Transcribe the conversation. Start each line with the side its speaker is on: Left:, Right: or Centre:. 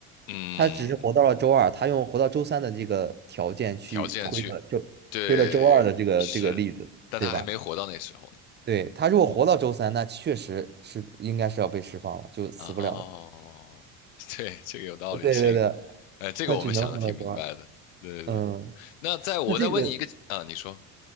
Left: 嗯，
Right: 他只是活到了周二，他用活到周三的这个条件去推的就推了周二的这个这个例子，
Left: 条件去。对，是，但他还没活到那时候呢。
Right: 对吧？对，他如果活到周三，那确实是应该是要被释放了，就死不了了。
Left: 哦，<laughs> 对，这个有道理，
Right: 对对对
Left: 行，
Right: <laughs>，
Left: 哎，这个我们想的挺明白的。
Right: 他只能活到周二。
Left: 对对对，
Right: 嗯，
Left: 那再我再问你一个啊，
Right: 那这个，
Left: 你说，